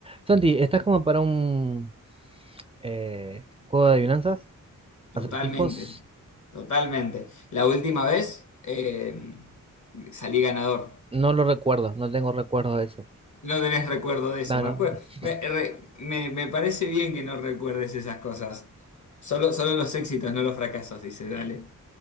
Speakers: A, on the right; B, on the left.
A: Santi, ¿estás como para un eh, juego de adivinanzas?
B: Totalmente,
A: ¿Acertijos?
B: totalmente. La última vez eh, salí ganador.
A: No lo recuerdo, no tengo recuerdo de eso.
B: No tenés recuerdo de eso,
A: No,
B: me
A: no.
B: acuerdo.
A: <laughs>
B: Me, re- me- me parece bien que no recuerdes esas cosas. Solo, solo los éxitos, no los fracasos, dice, dale.